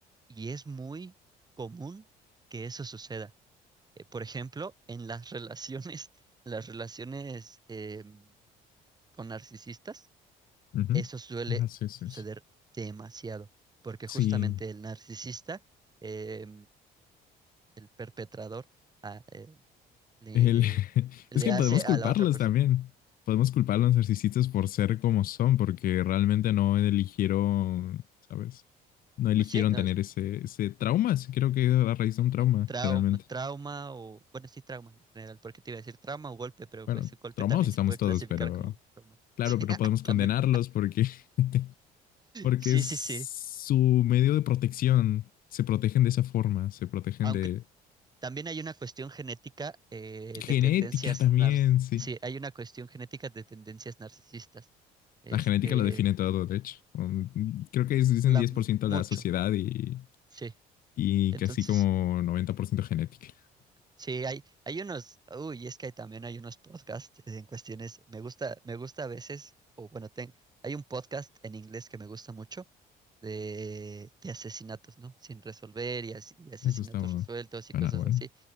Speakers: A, on the right (about 25°); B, on the left (about 55°).
A: y es muy común que eso suceda eh, por ejemplo, en las relaciones, <laughs> las relaciones eh, con narcisistas,
B: Ujú.
A: eso suele
B: Ah, sí, sí,
A: suceder
B: sí.
A: demasiado, porque justamente
B: Sí,
A: el narcisista, eh, el perpetrador, ah, eh, le,
B: El- <laughs>
A: le
B: es que
A: hace
B: podemos
A: a
B: culparlos
A: la otra persona.
B: también. Podemos culpar a los narcisistas por ser como son, porque realmente no eligieron, ¿sabes? No eligieron
A: Pues sí, no,
B: tener
A: es
B: ese, ese trauma. Sí, Creo que es la raíz de un trauma,
A: un trau-
B: generalmente.
A: trauma o, bueno, sí, trauma en general, porque te iba a decir trauma o golpe, pero
B: Bueno,
A: pues el golpe
B: traumados
A: también
B: estamos
A: se puede
B: todos,
A: clasificar
B: pero
A: como trauma.
B: claro,
A: <laughs>
B: pero no podemos
A: Sí, también.
B: condenarlos porque, <laughs> porque
A: Sí,
B: es
A: sí, sí.
B: su medio de protección. Se protegen de esa forma, se protegen
A: aunque
B: de
A: También hay una cuestión genética eh,
B: genética
A: de tendencias
B: también,
A: nar-
B: sí.
A: sí, hay una cuestión genética de tendencias narcisistas. Este,
B: La genética lo define todo, de hecho. Um, creo que es- dicen
A: la,
B: 10%
A: mucho,
B: la sociedad y,
A: sí.
B: y
A: Entonces,
B: casi como 90% genética.
A: Sí, hay, hay unos, uy, es que hay- también hay unos podcasts en cuestiones, me gusta, me gusta a veces, o bueno, ten, hay un podcast en inglés que me gusta mucho de, de asesinatos, ¿no? Sin resolver y, as- y asesinatos
B: Eso está bueno.
A: resueltos
B: Suena
A: y cosas
B: bueno.
A: así.